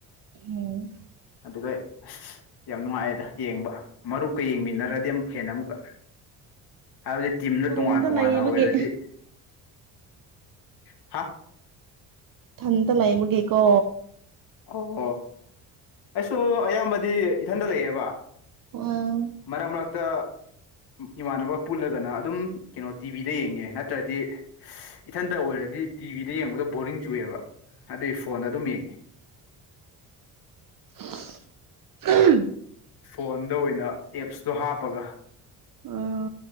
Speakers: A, on the right; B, on the left.
A: ꯎꯝ
B: ꯑꯗꯨꯒꯩ ꯌꯥꯝ ꯅꯨꯡꯉꯥꯏꯌꯦꯗ ꯌꯦꯡꯕ ꯃꯔꯨꯞꯀ ꯌꯦꯡꯃꯤꯟꯅꯔꯗꯤ ꯑꯃꯨꯛ ꯍꯦꯟꯅ ꯑꯃꯨꯛꯀ ꯍꯥꯏꯕꯗꯤ ꯇꯤꯝꯗꯢ
A: ꯏꯇꯣꯝꯇ
B: ꯇꯣꯉꯥꯟ ꯇꯣꯉꯥꯟꯅ
A: ꯂꯩꯕꯒꯤ
B: ꯑꯣꯏꯔꯗꯤ ꯍꯥ
A: ꯊꯟꯇ ꯂꯩꯕꯒꯤꯀꯣ
B: ꯑꯣ ꯑꯩꯁꯨ ꯑꯌꯥꯝꯕꯗꯤ ꯏꯊꯟꯗ ꯂꯩꯌꯦꯕ
A: ꯎꯝ
B: ꯃꯔꯛ ꯃꯔꯛꯇ ꯏꯃꯥꯟꯅꯕ ꯄꯨꯜꯂꯒꯅ ꯑꯗꯨꯝ ꯀꯩꯅꯣ ꯇꯤꯚꯤꯗ ꯌꯦꯡꯉꯦ ꯅꯠꯇ꯭ꯔꯗꯤ꯫ ꯏꯊꯟꯇ ꯑꯣꯏꯔꯗꯤ ꯇꯤꯚꯤꯗ ꯌꯦꯡꯕꯗ ꯕꯣꯔꯤꯡ ꯆꯨꯑꯦꯕ ꯑꯗꯨꯢ ꯐꯣꯟꯗ ꯑꯗꯨꯝ ꯌꯦꯡꯉ‌ꯦ꯫
A: <unintelligible>
B: ꯐꯣꯟꯗ ꯑꯣꯏꯅ ꯑꯦꯞꯁꯇꯣ ꯍꯥꯞꯄꯒ
A: ꯑꯥ